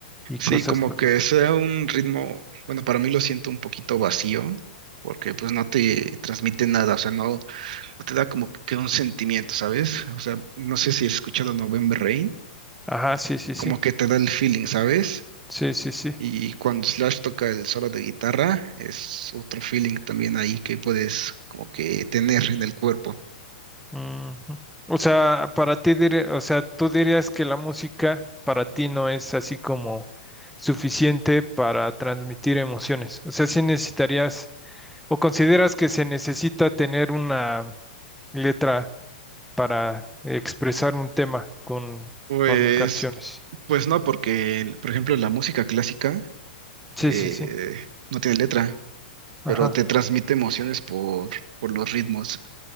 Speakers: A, in the centre; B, on the right.
A: y
B: Sí,
A: cosas
B: como
A: por
B: que
A: eso.
B: sea un ritmo, bueno, para mí lo siento un poquito vacío, porque pues no te transmite nada, o sea, no. te da como que un sentimiento, ¿sabes? O sea, no sé si has escuchado November Rain,
A: Ajá, sí, sí, sí.
B: como que te da el feeling, ¿sabes?
A: Sí, sí, sí.
B: Y cuando Slash toca el solo de guitarra, es otro feeling también ahí que puedes como que tener en el cuerpo.
A: Ujú. O sea, para ti, dir- o sea, tú dirías que la música para ti no es así como suficiente para transmitir emociones. O sea, sí necesitarías ¿O consideras que se necesita tener una letra para expresar un tema con,
B: Pues,
A: con canciones?
B: pues no, porque, el- por ejemplo, la música clásica
A: Sí,
B: eh,
A: sí, sí.
B: no tiene letra,
A: Ajá.
B: pero te transmite emociones por, por los ritmos. O